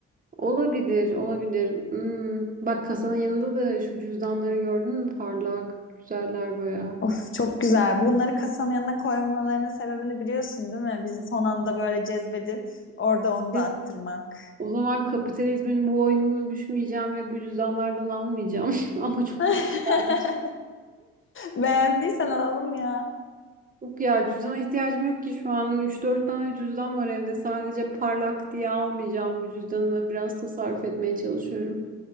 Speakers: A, on the right (about 25°); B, on the left (about 40°).
A: Olabilir, olabilir. Hmm, Bak kasanın yanında da şu cüzdanları gördün mü? Parlak, güzeller bayağı.
B: Of çok güzel. Bunları kasanın yanına koymalarının sebebini biliyorsun değil mi? Bizi son anda böyle cezbedip orada onu
A: Evet.
B: da attırmak.
A: O zaman kapitalizmin bu oyununu düşmeyeceğim ve bu cüzdanlardan almayacağım. <laughs> Ama çok
B: <laughs>
A: güzellermiş.
B: Beğendiysen alalım ya.
A: Yok ya cüzdana ihtiyacım yok ki şu an üç dört tane cüzdan var evde. Sadece parlak diye almayacağım bu cüzdanı. Biraz tasarruf etmeye çalışıyorum.